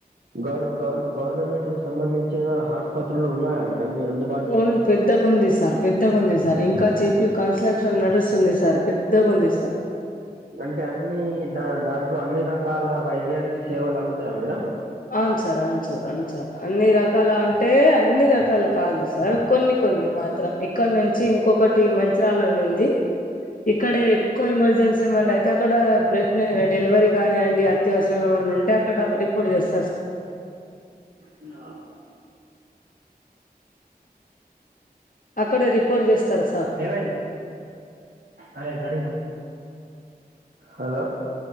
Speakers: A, on the right (about 85°); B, on the left (about 60°).
A: గౌర్ గౌర్ గవర్నమెంట్ కు సంబంధించిన హస్పత్రులు ఉన్నాయా మేడం మీ అందు
B: ఉన్ పెద్దగా ఉంది సార్ పెద్దగా ఉంది సార్ ఇంకా చెపి కన్స్ట్రక్షన్ నడుస్తుంది సార్ పెద్దగుంది సార్
A: అంటే అన్నీ దా దాంట్లో అన్ని రకాల వైద్యానికి సేవలు అందుతాయా మేడం
B: అవును సార్ అవును సార్ అవును సార్ అన్ని రకాల అ అంటే అన్ని రకాలు కాదు సార్ కొన్ని కొన్ని మాత్రం ఇక్కడ నుంచి ఇంకొకటి మంచరాలనుంది ఇక్కడ ఎక్కువ ఎమర్జెన్సీ ఏమైన్నా అయితే అక్కడ బ్రేక్ డెలివరీ గాని అండి అత్యవసరం ఏమన్నానుంటే అక్కడ రిపోర్ట్ చేస్
A: ఇన్న
B: అక్కడ రిపోర్ట్ చేస్తారు సార్
A: ఏమైంది అరే రెడీగా హలో